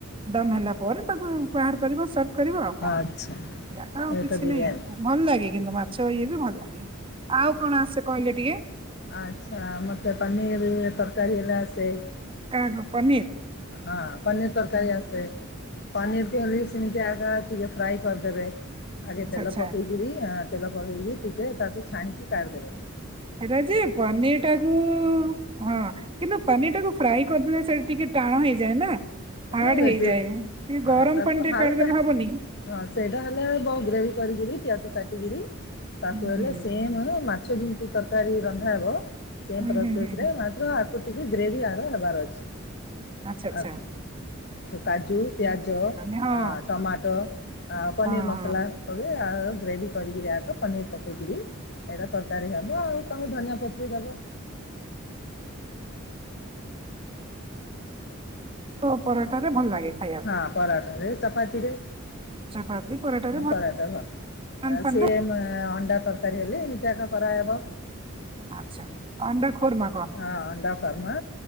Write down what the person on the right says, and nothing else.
ଦମ ହେଲା ପରେ ତାକୁ ବାହାର କରିବ। କରିବ ଆଉ କଣ
ଆଉ
କିଛି
ନାଇଁ ଭଲ ଲାଗେ। କିନ୍ତୁ ମାଛ ଇଏ ବି ଭଲ ଲାଗେ ଆଉ କଣ ଆସେ କହିଲେ ଟିକେ?
କାଗ <unintelligible> ପନିର
ଆଚ୍ଛା
ଆଚ୍ଛା
ହେଲାଯେ ପନିର ଟାକୁୁ ହଁ କିନ୍ତୁ ପନିର ଟାକୁ ଫ୍ରାଏ କରିଦେଲେ ସେଇଟା ଟିକେ ଟାଣ ହେଇଯାଏ ନା? ହାର୍ଡ
ହେଇଯାଏ।
ଟିକେ ଗରମ
ପାଣିରେ
କାଢିଦେଲେ ହବନି
ହୁଁ ହୁଁ
ହୁଁ
ହୁଁ ହୁଁ ହୁଁ
ଆଚ୍ଛା ଆଚଛା
<unintelligible>
ନାଇଁ ହଁ
ହଁ
ହଁ
ତ ପରଟାରେ ଭଲ ଲାଗେ ଖାଇବାକୁ।
ଚପାତି ପରଟାରେ ଭଲ
ନାନ୍ ଫାନ୍
ରେ
ମାଛ ଆଣଣ୍ଡା ଖୋର ମା